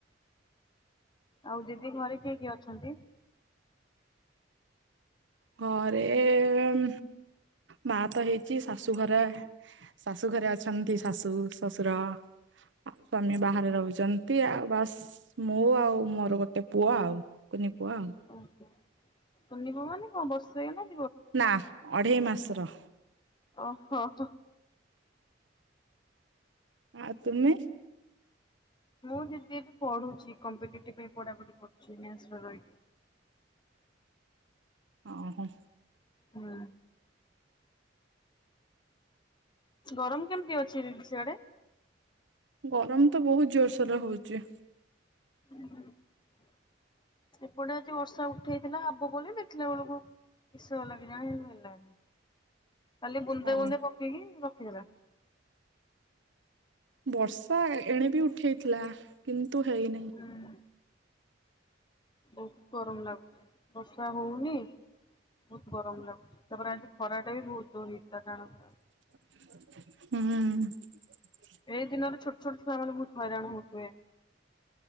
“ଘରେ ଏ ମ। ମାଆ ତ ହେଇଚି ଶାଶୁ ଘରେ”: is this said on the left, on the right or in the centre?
Right